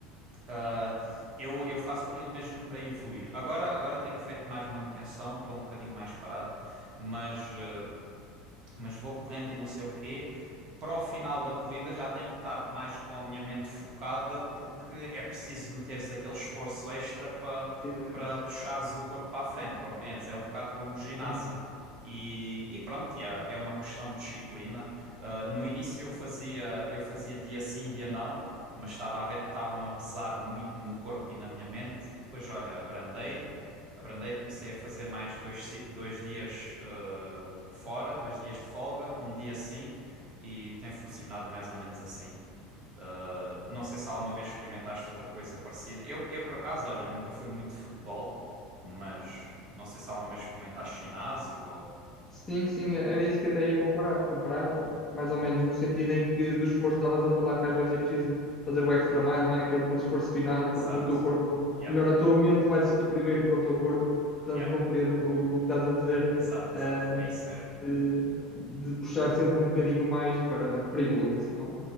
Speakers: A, on the right; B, on the left.
A: ah, eu, eu faço aquilo mesmo para evoluir. Agora, agora tenho feito mais manutenção, estou um bocadinho mais parado, mas. hum, mas vou correndo e não sei o quê. Para o final da corrida já tenho que estar mais com a minha mente focada, porque é preciso meteres aquele esforço extra para
B: Exato,
A: para puxares o corpo para a frente, compreendes? É um bocado como o ginásio.
B: sim.
A: E, e pronto, e é, é uma questão de disciplina. Ah, no início eu fazia, eu fazia dia sim, dia não, mas estava a ver que estava-me a pesar muito no corpo e na minha mente, e depois, olha, abrandei. Abrandei, comecei a fazer mais dois, si- dois dias eh, fora, dois dias de folga, um dia sim, e tem funcionado mais ou menos assim. Eh, não sei se alguma vez experimentaste outra coisa parecida. Eu, eu por acaso, olha, nunca fui muito de futebol, mas não sei se alguma vez experimentaste ginásio ou.
B: Sim, sim, é, era isso que eu até ia comparar, comparar, mais
A: Uhum.
B: ou menos no sentido em que do esforço estavas a falar que às vezes é preciso fazer o extra mile, não é? Aquele, aquele esforço final,
A: Exato.
B: porque o teu corpo,
A: Yeah,
B: ou melhor, a tua mente vai desistir primeiro que o teu corpo, portanto
A: yeah,
B: compreendo o, o que estás a dizer,
A: exato,
B: ah,
A: exato. É isso mesmo.
B: de, de puxar sempre um bocadinho mais para, para evoluir, senão